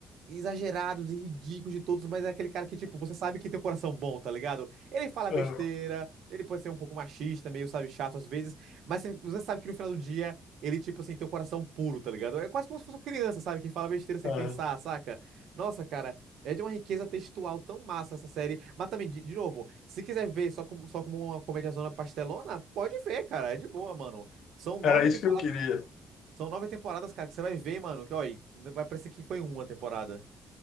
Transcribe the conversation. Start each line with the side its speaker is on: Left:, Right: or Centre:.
Right: exagerados e ridículos de todos, mas é aquele cara que, tipo, você sabe que tem um coração bom, tá ligado? Ele fala
Left: ah.
Right: besteira, ele pode ser um pouco machista, meio, sabe, chato às vezes, mas você você sabe que no final do dia ele, tipo assim, tem um coração puro, tá ligado? É quase como se fosse uma criança, sabe, que fala besteira sem
Left: Aham.
Right: pensar, saca? Nossa, cara. É de uma riqueza textual tão massa essa série. Mas também, de, de novo, se quiser ver só como, só como uma comédiazona pastelona, pode ver, cara. É de boa, mano. São nove
Left: Era isso
Right: temporadas.
Left: que eu queria.
Right: São nove temporadas, cara, que você vai ver, mano. Que, olha, vai parecer que foi uma temporada.